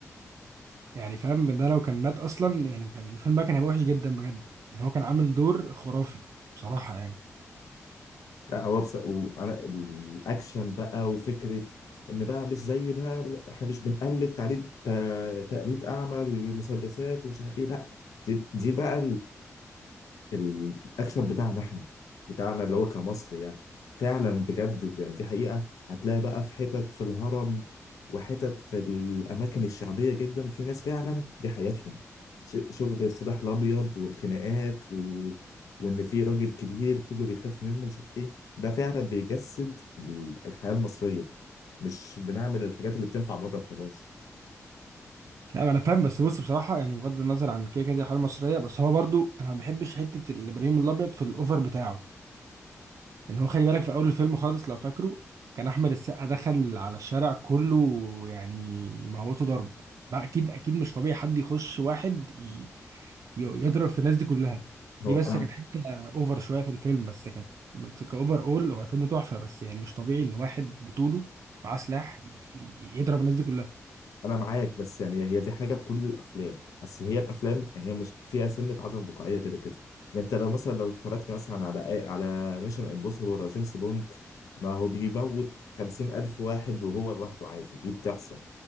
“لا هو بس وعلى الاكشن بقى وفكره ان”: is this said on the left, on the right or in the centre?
Left